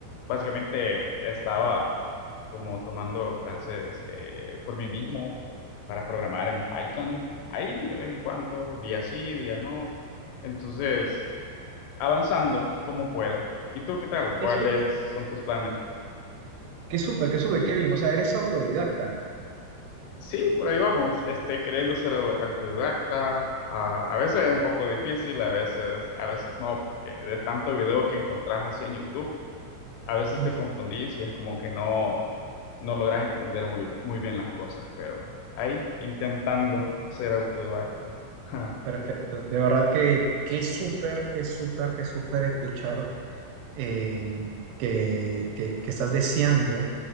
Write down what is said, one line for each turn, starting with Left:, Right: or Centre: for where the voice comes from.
Left: Básicamente estaba como tomando clases eh, por mí mismo para programar en Python, ahí de vez en cuando, día sí, día no. Entonces, avanzando como puedo. ¿Y tú qué tal? ¿Cuáles
Right: Qué súper,
Left: son tus planes?
Right: qué súper, qué súper, Kevin. O sea, eres autodidacta.
Left: Sí, por ahí vamos, este, queriendo ser au- autodidacta, a, a veces es un poco difícil, a veces, a veces no, porque de tanto video que encontrás así en YouTube, a veces
Right: Mm,
Left: te confundís y es como que no, no logras entender muy, muy bien las cosas, pero ahí intentando ser autodidacta. <laughs> Ja,
Right: Perfecto, de verdad que qué súper, qué súper, qué súper escuchar eh, que, que- que estás deseando